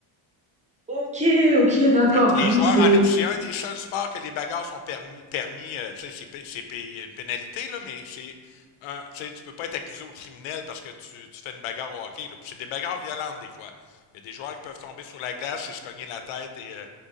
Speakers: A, on the right; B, on the left.
A: OK, OK, d'accord.
B: Fait que les
A: Ah oui,
B: joueurs
A: c'est
B: enlèvent. C'est un des seuls sports que les bagarres sont permis. permis euh, tu sais, c'est c'est il y a une pénalité, là, mais c'est. Un, tu sais, tu peux pas être accusé au criminel parce que tu, tu fais une bagarre au hockey. Là. Puis c'est des bagarres violentes des fois. Il y a des joueurs qui peuvent tomber sur la glace et se cogner la tête et euh,